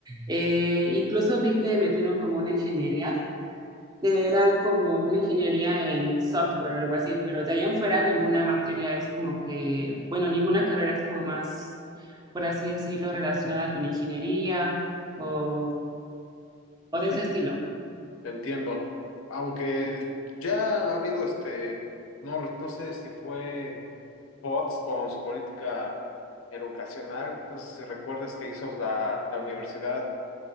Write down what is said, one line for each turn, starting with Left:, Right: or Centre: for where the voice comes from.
Right: Eh, incluso vi que metieron como una ingeniería, que era como una ingeniería en software o algo así, pero de ahí en fuera ninguna materia es como que, bueno, ninguna carrera es como más, por así decirlo, relacionada con ingeniería o, o de
Left: Sí,
Right: ese estilo.
Left: te entiendo. Aunque ya ha habido este, no, no sé si fue POTS con su política educacional. No sé si recuerdas que hizo la, la universidad,